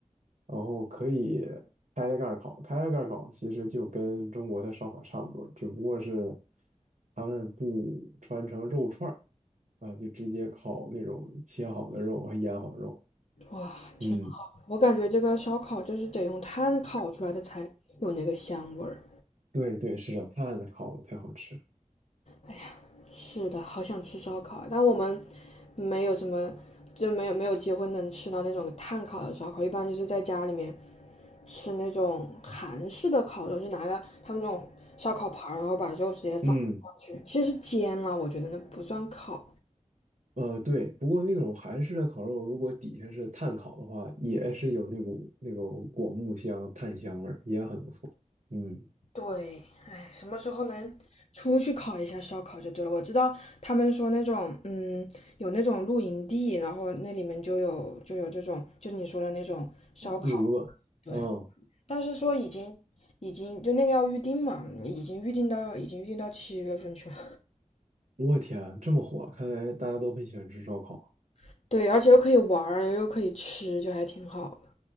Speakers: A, on the right; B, on the left.
A: 然后可以开着盖儿烤，开着盖儿烤其实就跟中国的烧烤差不多，只不过是他们不穿成肉串儿啊，就直接烤那种切好的肉和腌好的肉，
B: 哇，
A: 嗯。
B: 挺好。我感觉这个烧烤就是得用炭烤出来的才有那个香味儿。
A: 对对，是的，炭的烤才好吃。
B: 哎呀，是的，好想吃烧烤啊但我们没有什么，就没有没有机会能吃到那种炭烤的烧烤，一般就是在家里面吃那种韩式的烤肉，就拿个他们那种烧烤盘儿然后把肉直接放上去，
A: 嗯，
B: 其实是煎了，我觉得那不算烤。
A: 呃，对，不过那种韩式的烤肉，如果底下是炭烤的话，也是有那股那种果木香、炭香味儿，也很不错。嗯，
B: 对，哎，什么时候能出去烤一下烧烤就对了。我知道他们说那种，嗯，有那种露营地，然后那里面就有就有这种，就你说的那种烧烤，
A: 炉子，
B: 对。
A: 嗯，
B: 但是说已经已经就那个要预定嘛，已经预定到已经预定到七月份去了。
A: 我天，这么火，看来大家都很喜欢吃烧烤。
B: <laughs> 对，而且又可以玩儿，又可以吃，就还挺好的。